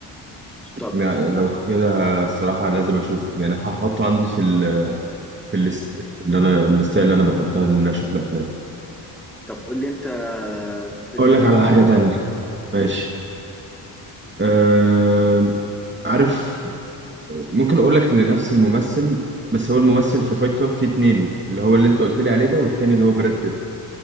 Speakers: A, in the centre; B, on the right.
A: طب
B: لا لو كده الصراحه لازم اشوف يعني هحطه عندي في ال... في الليست اللي انا الليست اللي انا بحطها ان أنا اشوف الافلام
A: طب قول لي انت فيلم
B: اقول
A: تاني
B: لك على حاجه تانية
A: قول
B: ماشي أه... عارف ممكن اقول لك لنفس الممثل بس هو الممثل في فايت كلاب في اتنين اللي هو اللي انت قلت لي عليه ده والتاني اللي هو براد بيت